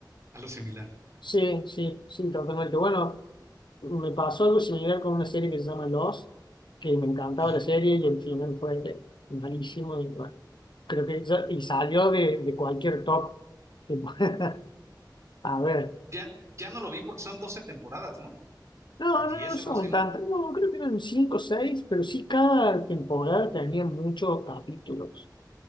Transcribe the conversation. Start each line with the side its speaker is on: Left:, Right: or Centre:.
Right: algo similar.
Left: Sí, sí, sí, totalmente. Bueno, me pasó algo similar con una serie que se llama Lost, que me encantaba
Right: Ujú.
Left: la serie y el final fue malísimo. Y bueno, creo que ya- y salió de, de cualquier top. que pueda <laughs> haber.
Right: Ya, ya no lo vi porque son 12 temporadas, ¿no?
Left: No,
Right: O 10,
Left: no, no no son
Right: algo así, ¿no?
Left: tantas. No, creo que eran cinco o seis, pero sí cada temporada tenía muchos capítulos.